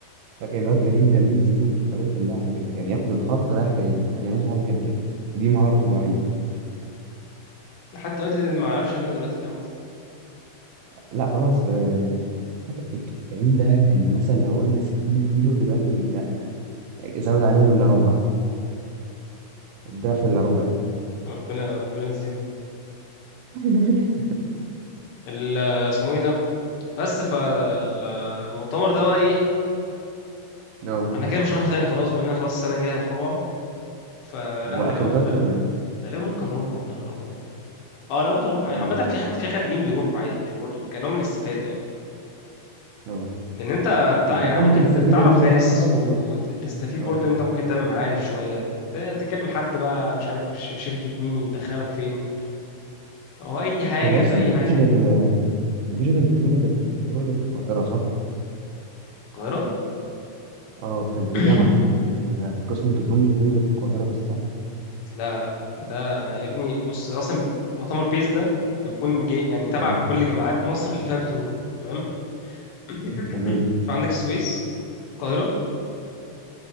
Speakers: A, on the right; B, on the left.
A: فاكر الواد كريم كان ليه اسلوب في طريقه اللعب كده كان ياخد الخط رايح جاي ما بيعملش حاجه غير كده دي مهارته الوحيده
B: حتى دلوقتي ده ما اعرفش اعملها دلوقتي دي عامة
A: لا خلاص آه، فاكر- كريم ده كان مثلا لو قلنا 60 كيلو دلوقتي بقى زود عليهم الا ربع الضعف الا ربع يعني.
B: ربنا ربنا يزيده
A: <laughs>
B: ال- اسمه ايه ده بس فالمؤتمر ده بقى ايه
A: اه
B: انا كده مش هروح تاني خلاص بما ان انا خلاص السنة الجاية هبقى في رابعة فلا
A: هو اخره
B: غالبا
A: تالتة
B: غالبا
A: ولا ايه؟
B: غالبا ممكن نروح والله في رابعة اه لا ممكن اروح عادي
A: اه
B: عامه في حد في خريجين بيروحوا عادي يعني برضو كنوع من الاستفاده يعني
A: اه
B: لان انت بتاع
A: ممكن
B: يعني
A: كان
B: ممكن
A: ممكن تستفيد
B: ت- تعرف
A: ان انت
B: ناس
A: هتكون مخلص
B: وتستفيد
A: بقى اه
B: برضو ان انت ممكن تعمل معارف شويه ت- تكلم حد بقى مش عارف في ش- شركه مين يدخلك فين او اي حاجه
A: هو اصلا
B: في اي
A: مفيش
B: حاجه
A: غير مفيش غير بترول غير بترول غير في القاهرة صح؟
B: القاهره
A: اه في هي
B: <coughs>
A: جامعة
B: <clears throat>
A: ال- قسم البترول مش موجود غير في القاهرة بس صح؟
B: لا لا ده انا يا ابني بص اصلا مؤتمر بيس ده بيكون جي يعني تبع
A: تمام
B: كل جامعات مصر اللي فيها بترول تمام <coughs>
A: تمام
B: <clears throat> فعندك السويس القاهره